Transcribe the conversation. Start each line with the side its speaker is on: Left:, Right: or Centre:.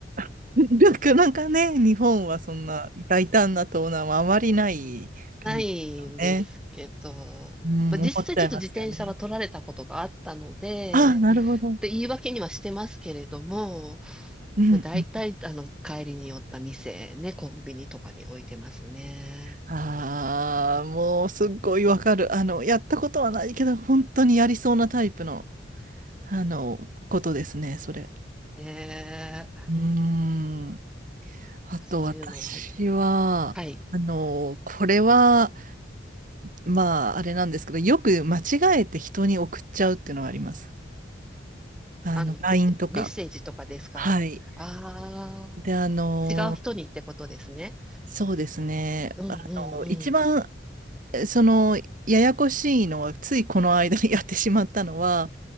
Right: <laughs> なかなかね、日本はそんな大胆な盗難はあまりない感じですよね。
Centre: ないんですけど、
Right: うん、
Centre: まあ、
Right: 思っちゃいますよね。
Centre: 実際ちょっと自転車は取られたことがあったので、
Right: ああ、なるほど。
Centre: で言い訳にはしてますけれども、
Right: うんうん。
Centre: まあ、大体あの帰りに寄った店ね、コンビニとかに置いてますね。
Right: ああ、もうすっごいわかる。あの、やったことはないけど、本当にやりそうなタイプの、あの、ことですね、それ。
Centre: えー、
Right: うーん。あと、
Centre: そういうのは、
Right: 私は、
Centre: はい。
Right: あの、これは、まあ、あれなんですけど、よく間違えて人に送っちゃうっていうのはあります。あの、
Centre: あの、
Right: LINE とか。
Centre: メッセージとかですかああ
Right: はい。で、あの、
Centre: ー。違う人にってことですね。
Right: そうですね。
Centre: うんうんうん。
Right: あの、一番、その、ややこしいのは、ついこの間にやってしまったのは、